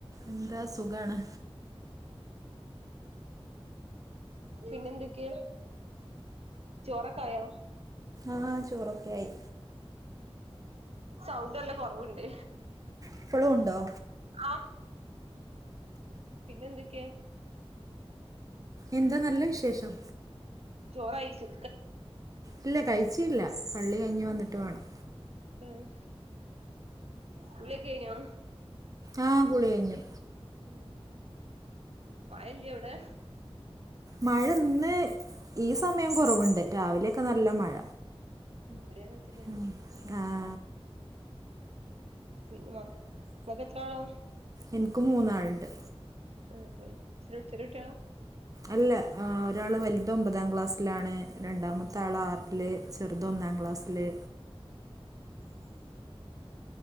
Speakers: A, on the right (about 35°); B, on the right (about 80°).
A: എന്താ സുഖാണ്
B: പിന്നെ എന്തൊക്കെ ചോറ് ഒക്കെ ആയോ?
A: ആഹ് ചോറൊക്കെയായി
B: സൗണ്ട് നല്ല കൊറവ് ഇണ്ട്
A: ഇപ്പളും ഉണ്ടോ
B: ആഹ് പിന്നെന്തൊക്കെ
A: എന്താ നല്ല വിശേഷം
B: ചോറയിൽക്ക്
A: ഇല്ല കഴിച്ചില്ല. പള്ളി കഴിഞ്ഞ് വന്നിട്ട് വേണം
B: ഏ ഹ് കുള്യൊക്കെ കഴിഞ്ഞോ
A: ആഹ് കുളി കഴിഞ്ഞു.
B: ഉം മയല്ല്യ ഔടെ
A: മഴ ന്ന് ഈ സമയം കൊറവുണ്ട്. രാവിലൊക്കെ നല്ല മഴ
B: ഉം ഇബെടിം അങ്ങനെ തന്നെയാണ്
A: ഉം.. ആഹ്
B: പിന്നെ മക് ങ്ങക്കെത്രാളാ?
A: ഇൻക്ക് മൂന്നാൾ ഇണ്ട്
B: ആഹ് വഴി ചെറെ ചെറെ കുട്ടിയാളാ?
A: അല്ല ഏഹ് ഒരാൾ വെൽത് ഒമ്പതാം ക്ലാസ്സിലാണ് രണ്ടാമ്മെത്തെ ആൾ ആർൽ ചെറുതൊന്നാം ക്ലാസ്സ് ല്